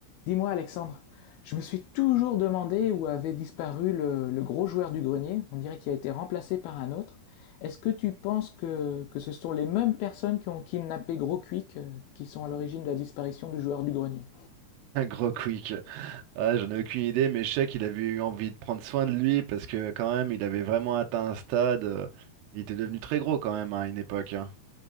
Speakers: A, on the left; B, on the right.
A: Dis-moi, Alexandre, je me suis toujours demandé où avait disparu le, le gros joueur du grenier. On dirait qu'il a été remplacé par un autre. Est-ce que tu penses que, que ce sont les mêmes personnes qui ont kidnappé Gros Quick euh, qui sont à l'origine de la disparition du joueur du grenier?
B: Un gros quick. Ah, j'en ai aucune idée, mais je sais qu'il avait eu envie de prendre soin de lui parce que quand même, il avait vraiment atteint un stade. euh, il était devenu très gros quand même hein, à une époque. hein.